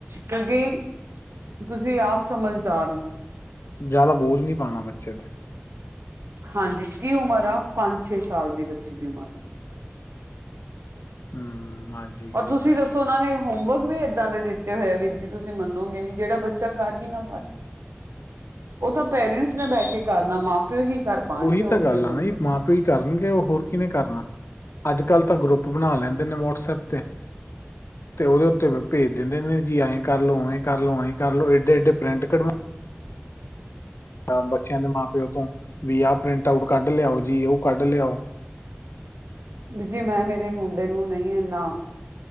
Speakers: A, on the right (about 85°); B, on the left (about 75°).
A: ਕਿਉਂਕਿ <inaudible> ਤੁਸੀਂ ਆਪ ਸਮਝਦਾਰ ਓ।
B: ਜ਼ਿਆਦਾ ਬੋਝ ਨਹੀਂ ਪਾਣਾ ਬੱਚੇ 'ਤੇ
A: ਹਾਂਜੀ, ਕੀ ਉਮਰ ਆ ਪੰਜ-ਛੇ ਸਾਲ ਦੀ ਬੱਚੇ ਦੀ ਉਮਰ ਆ
B: ਹਮ। ਹਾਂਜੀ
A: ਔਰ ਤੁਸੀਂ
B: ਇਹ ਤਾਂ ਹੈਗਾ
A: ਦੱਸੋ
B: ਹੀ
A: ਉਹਨਾਂ ਨੇ ਹੋਮਵਰਕ ਵੀ ਏਦਾਂ ਦੇ ਦਿੱਤੇ ਹੋਏ ਆ ਵੀਰ ਜੀ ਤੁਸੀਂ ਮੰਨੋਗੇ ਨੀ ਜਿਹੜਾ ਬੱਚਾ ਕਰ ਹੀ ਨਾ ਪਾਏ
B: <inaudible>
A: ਉਹ ਤਾਂ ਪੇਰੈਂਟਸ ਨੇ ਬਹਿ ਕੇ ਕਰਨਾ ਮਾਂ-ਪਿਓ ਹੀ ਕਰ ਪਾਉਣਗੇ
B: ਉਹੀ
A: ਉਹ
B: ਤਾਂ ਗੱਲ
A: ਜੇ ਹੋਊਗਾ।
B: ਆ ਨਾ ਜੀ ਮਾਂ ਕਰਨਗੇ ਉਹ ਹੋਰ ਕਿਨੇ ਕਰਨਾ <inaudible> ਅੱਜ-ਕੱਲ੍ਹ ਤਾਂ ਲੈਂਦੇ ਨੇ ਵੌਟਸਐਪ 'ਤੇ 'ਤੇ ਉਹਦੇ ਉੱਤੇ ਭੇਜ ਦਿੰਦੇ ਨੇ ਜੀ ਐਏਂ ਵੇਂ ਏਂ ਕਰਲੋ ਇਡੇ ਏਡੇ-ਏਡੇ ਪ੍ਰਿੰਟ ਕੱਢਵਾ ਬੱਚਿਆਂ ਦੇ ਮਾਂ-ਪਿਓ ਤੋਂ ਵੀ ਆਹ ਪ੍ਰਿੰਟ ਆਊਟ ਕੱਢ ਲਿਆਓ ਜੀ, ਉਹ ਕੱਢ ਲਿਆਓ
A: ਵੀਜੀ ਮੈਂ ਮੇਰੇ ਮੁੰਡੇ ਨੂੰ ਨਹੀਂ ਇੰਨਾ